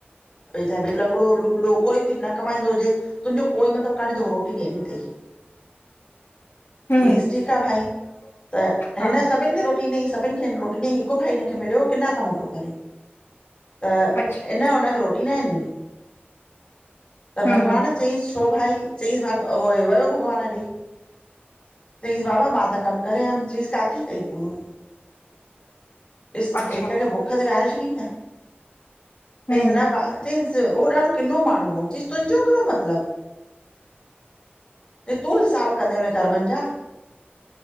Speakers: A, on the left (about 25°); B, on the left (about 75°).
A: छा भ लंगड़ो लुलो कोई बि न कमाईंदो हुजे तुंहिंजो कोई मतिलबु काने तोखे रोटी ॾियणी अथई
B: हम्म
A: चयइस ठीकु आहे भाई त
B: हा
A: हिन सभिनि खे रोटी ॾई सभिनि खे हिन रोटी डिनी हिकु भाई हिन खे मिलियो किना कम पियो करे त
B: अच्छा
A: हिन उनखे रोटी न डिनी त
B: हम्म
A: भॻवान चईसि छो भाई चईस भ वियो भॻवानु ॾे चईस बाबा मां त कम करे आयम चईस काथे कईय पूरो ॾिस
B: अच्छा
A: हिक खे भुख ते वेहारे छॾींन न
B: हम्म
A: चइस न ॾीस उहो ॾाढो किनो माण्हू हो चइस तुंहिंजो कहिड़ो मतलब चइस तूं हिसाबु कंदे हुनए कर्मनि जा